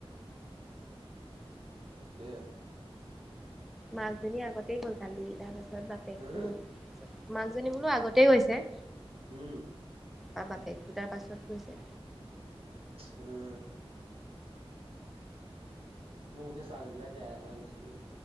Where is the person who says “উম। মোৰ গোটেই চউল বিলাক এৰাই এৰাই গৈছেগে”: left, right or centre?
Right